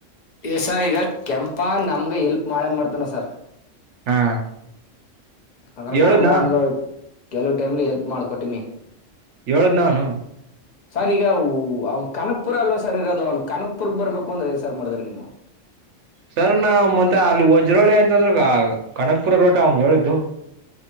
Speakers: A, on the left; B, on the right.
A: ಈಗ ಸ ಈಗ ಕೆಂಪ ನಮ್ಗೆ ಎಲ್ಪ್ ಮಾಡೇ ಮಾಡ್ತಾನ ಸಾರ್.
B: ಹಾ.
A: ಯಾಕಂದ್ರ
B: ಹೇಳದ್ನಾ
A: ನಾ ಮೋಹನ್ಗ. ಕೆಲವು ಟೈಮ್ಲಿ ಎಲ್ಪ್ ಮಾಡ್ಕೊಟಮಿ.
B: ಹೇಳದ್ ನಾ ಅವ್ನು.
A: ಸರ್ ಈಗ ಅವ್ನ ಕನಕ್ಪುರ ಅಲ್ವಾ ಸರ್ ಇರೋದು ಅವ್ನು ಕನಕ್ಪುರ್ಗ್ ಬರ್ಬೇಕು ಅಂದ್ರೆ ಏನ್ ಸರ್ ಮಾಡ್ದ್ರ ನೀವು.
B: ಸರ್ ನಾ ಮತ್ತ ಅಲ್ಲಿ ವಜ್ರೋಳಿ ಅಂತಂದ್ರೆ ಕನಕ್ಪುರ ರೋಟ ಅವ್ನ ಹೇಳಿದ್ದು.